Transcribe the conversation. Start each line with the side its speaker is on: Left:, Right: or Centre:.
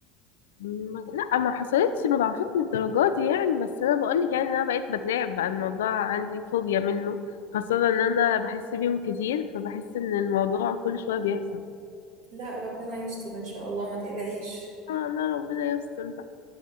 Left: م- لا ما حصلتش مضاعفات للدرجات دي يعني بس انا بقولك يعني إن انا بقيت بترعب بقى الموضوع عندي فوبيا منه خاصة ان انا بحس بيهم كتير فبحس ان الموضوع كل شوية بيحصل
Right: لا ربنا يستر ان شاء الله ما تقلقيش
Left: آه، انا ربنا يستر بقى